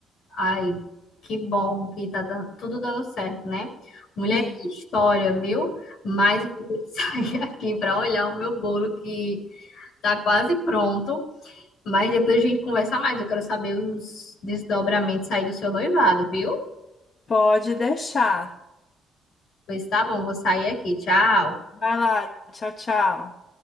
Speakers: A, on the left; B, on the left.
A: Ai, que bom que tá dan- tudo dando certo, né? Mulher,
B: Sim,
A: que história, viu? Mas eu vou ter que <laughs> sair aqui para olhar o meu bolo que tá quase pronto. Mas depois a gente conversa mais. Eu quero saber os desdobramentos aí do seu noivado, viu?
B: pode deixar.
A: Pois tá bom, vou sair aqui. Tchau.
B: Vai lá, tchau, tchau.